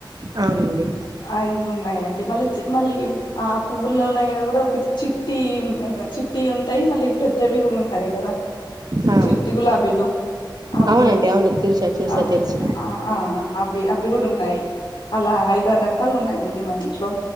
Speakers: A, on the right (about 50°); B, on the left (about 70°).
A: అవునండి
B: ఆ ఇవి ఉన్నాయం మళ్ళీ చి మళ్ళీ ఆ పువ్వులల్లో అయినా కూడ ఒకటి చిట్టీ ఆ చి టీ ఉంటాయి మళ్ళీ పెద్దవి కూడ ఉంటాయి కదా,
A: ఆ
B: చిట్టి గులాబీలు అవి
A: అవునండి అవును చూసా చూసా
B: ఆ
A: తెలుసు
B: ఆ అవి అవి కూడ ఉం న్నాయి అలా ఐదారు రకాలు ఉన్నాయండి మా ఇంట్లో